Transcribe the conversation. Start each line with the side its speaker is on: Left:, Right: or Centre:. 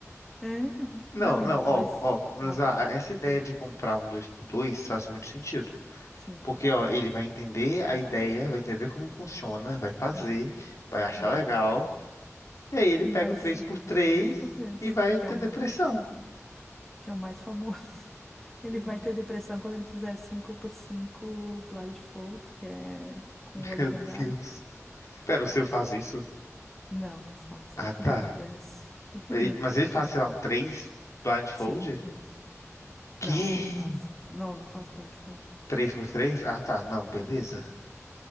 Centre: É.
Left: Não,
Centre: Não,
Left: não,
Centre: e depois,
Left: ó, ó. Mas
Centre: olha,
Left: a- essa ideia de comprar um dois por dois faz muito sentido.
Centre: sim.
Left: Porque, ó, ele vai entender a ideia, vai entender como funciona, vai fazer,
Centre: Aham,
Left: vai achar
Centre: é.
Left: legal. E aí ele pega
Centre: E vai
Left: o três
Centre: se.
Left: por três
Centre: Três por três,
Left: e vai
Centre: que
Left: ter
Centre: é um.
Left: depressão.
Centre: que é o mais famoso. <laughs> Ele
Left: <laughs>
Centre: vai ter depressão quando ele fizer 5x5 blindfold, que é com o olho
Left: Meu
Centre: vendado.
Left: Deus. Pera, o seu faz isso?
Centre: Não, não faço.
Left: Ah,
Centre: Eu queria
Left: tá.
Centre: que fizesse. Eu queria.
Left: Ele- Mas ele faz, sei lá, um 3 blindfold?
Centre: Sim, três.
Left: Que?
Centre: Não, não faço. Não, não faço blindfold, não.
Left: três por três Ah, tá. Não, beleza.
Centre: Não.